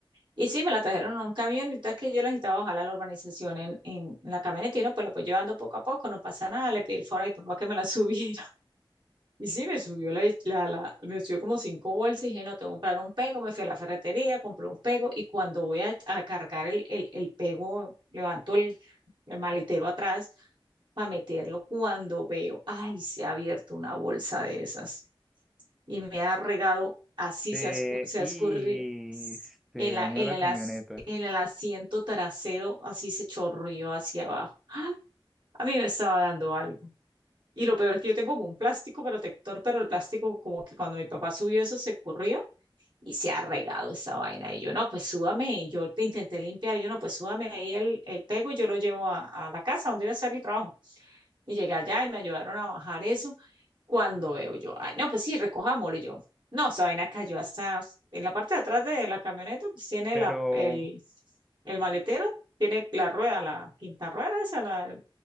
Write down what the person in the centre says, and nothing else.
Te-
y
te
dañó
la
camioneta.
Pero